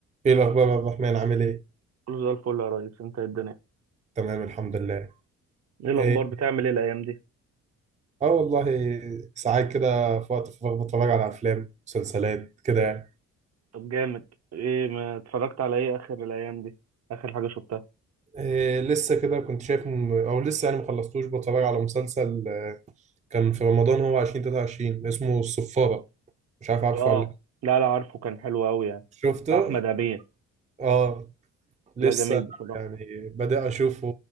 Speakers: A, on the right; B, on the right.
A: ايه الاخبار يا عبد الرحمن عامل ايه
B: كله زي الفل يا ريس انت ايه الدنيا
A: تمام الحمد لله
B: ايه الاخبار
A: ايه
B: بتعمل ايه الايام دي
A: اه والله ساعات كده في وقت الفراغ بتفرج على افلام مسلسلات كده يعني.
B: طب جامد ايه ما اتفرجت على ايه اخر الايام دي اخر حاجه شفتها
A: إيه لسه كده كنت شايف م... او لسه يعني ما خلصتوش بتفرج على مسلسل آه، كان في رمضان هو 2023 اسمه الصفارة مش عارف عارفه
B: اه
A: ولا لأ.
B: لا لا عارفه كان حلو قوي يعني
A: شفته
B: بتاع احمد امين
A: اه لسه
B: لا جميل بصراحه
A: يعني بدأ اشوفه